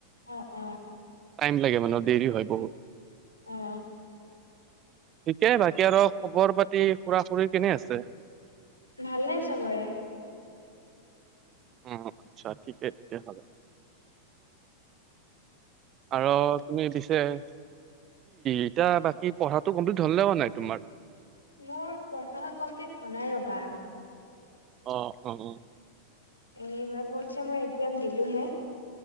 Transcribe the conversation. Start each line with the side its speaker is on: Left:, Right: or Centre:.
Left: অ অ
Right: টাইম লাগে মানে দেৰি হয় বহুত
Left: অ
Right: িকে বাকী আৰু খবৰ পাতি খুৰা খুৰীৰ কেনে আছে
Left: ভালে চবৰে
Right: অ আচ্ছা ঠিকেই তেয়া হ আৰু তুমি দিছে ই এতিয়া বাকী পঢ়াটো কমপ্লিট হলে হোৱা নাই তোমাৰ
Left: মোৰ প্ৰথনাা কমপ্লিট হোৱা নাই ৰবা
Right: অ অ উ
Left: এই এইবাৰ ফৰ্থ চেমৰ এক্জাম দিলো হে